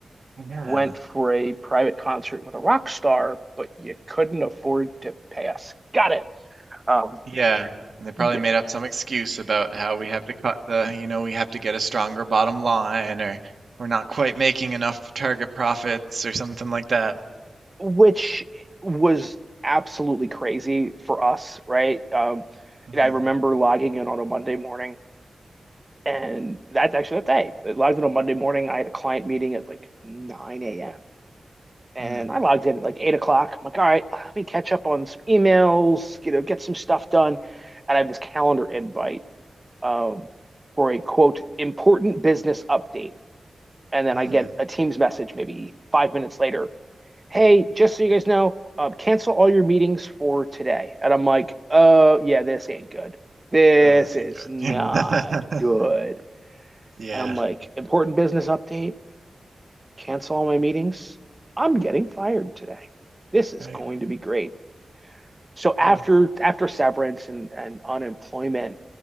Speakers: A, on the right; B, on the right.
A: Yeah.
B: went for a private concert with a rock star, but you couldn't afford to pay us. Got it. Um,
A: Yeah. And they probably
B: yeah,
A: made up some excuse about how we have to cut the, you know, we have to get a stronger bottom line or we're not quite making enough target profits or something like that.
B: which was absolutely crazy for us, right? Um,
A: Mm,
B: and I remember logging in on a Monday morning And that's actually that day. I logged in on Monday morning. I had a client meeting at like 9 a.m. And
A: mm,
B: I logged in at like 8 o'clock. I'm like, all right, let me catch up on some emails, you know, get some stuff done. And I have this calendar invite um, for a quote, important business update. And then
A: mm.
B: I get a Teams message maybe five minutes later. Hey, just so you guys know, um, cancel all your meetings for today. And I'm like, oh, yeah, this ain't good. This
A: Oh, that's
B: is
A: ain't
B: not
A: good.
B: good.
A: <laughs> Yeah.
B: And I'm like, important business update, cancel all my meetings. I'm getting fired today. This is
A: Right.
B: going to be great. So after
A: Yeah.
B: after severance and, and unemployment,